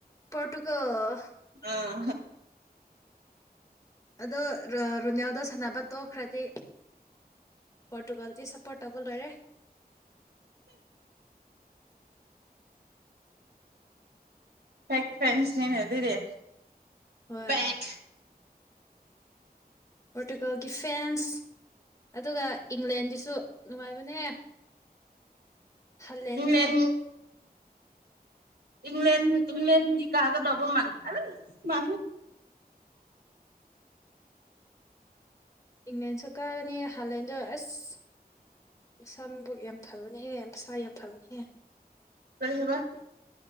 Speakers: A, on the left; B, on the right.
A: ꯄꯣꯔꯇꯨꯒꯜ
B: ꯑꯥ
A: ꯑꯗꯣ ꯔꯣ ꯔꯣꯅꯥꯜꯗꯣ ꯁꯥꯟꯅꯕ ꯇꯣꯛꯈ꯭ꯔꯥꯗꯤ ꯄꯣꯔꯇꯨꯒꯜꯗꯤ ꯁꯥꯄꯣ꯭ꯔꯠ ꯇꯧꯕ ꯂꯣꯏꯔꯦ
B: ꯐꯦꯛ ꯐꯦꯟꯁꯅꯤꯅꯦ ꯑꯗꯨꯗꯤ
A: ꯍꯣꯏ
B: ꯐꯦꯛ
A: ꯄꯣꯔꯇꯨꯒꯜꯒꯤ ꯐꯦꯟꯁ ꯑꯗꯨꯒ ꯏꯪꯂꯦꯟꯒꯤꯁꯨ ꯅꯨꯡꯉꯥꯏꯕꯅꯦ ꯍꯥꯂꯦꯟꯗꯣ
B: ꯏꯪꯂꯦꯟ ꯏꯪꯂꯦꯟ ꯏꯪꯪꯂꯦꯟꯗꯤ ꯀꯥꯒꯗꯕ ꯃꯥꯥꯟ ꯑꯧ ꯃꯥꯥꯟꯂꯦ
A: ꯏꯪꯂꯦꯟꯁꯨ ꯀꯥꯒꯅꯤ ꯍꯥꯂꯦꯟꯗꯣ ꯑꯁ ꯃꯁꯝꯕꯨꯛ ꯌꯥꯝ ꯐꯕꯅꯦꯍꯦ ꯃꯁꯥ ꯌꯥꯝ ꯐꯕꯅꯦꯍꯦ
B: ꯍꯕ <unintelligible>